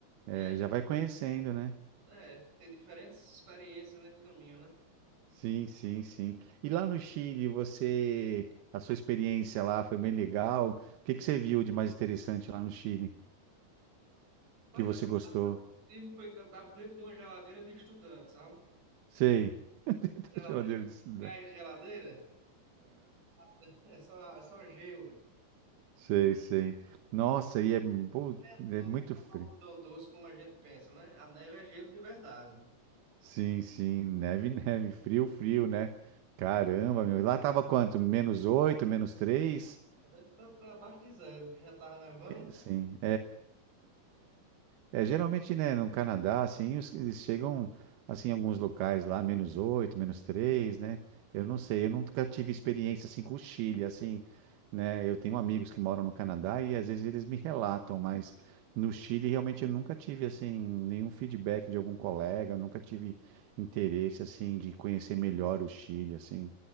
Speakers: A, on the right; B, on the right.
A: é,
B: e aí,
A: já vai conhecendo, né?
B: é, ter diferentes experiências nesse caminho, né?
A: Sim, sim, sim. E lá no Chile, você, a sua experiência lá foi bem legal. O que que você viu de mais interessante lá no Chile
B: Mas
A: que você
B: a sensação
A: gostou?
B: que eu tive foi que eu estava dentro de uma geladeira de estudante, sabe?
A: Sei. <laughs>
B: Geladeira,
A: A geladeira de estudar.
B: gás de geladeira, <laughs> é só, é só gelo.
A: Sei, sei. Nossa, e é, pô,
B: É, não
A: é muito
B: é um
A: frio.
B: algodão doce como a gente pensa, né? A neve é gelo de verdade.
A: Sim, sim, neve, <laughs> neve, frio, frio, né? Caramba, meu. Lá tava quanto? Menos oito, menos três?
B: Deve estar para abaixo de zero, que já estava nevando.
A: Sim, É, geralmente, né, no Canadá, assim, os- eles chegam, assim, em alguns locais lá, menos 8, menos 3, né? Eu não sei, eu nunca tive experiência, assim, com o Chile, assim, né? Eu tenho amigos que moram no Canadá e às vezes eles me relatam, mas no Chile, realmente, eu nunca tive, assim, nenhum feedback de algum colega, eu nunca tive interesse, assim, de conhecer melhor o Chile, assim,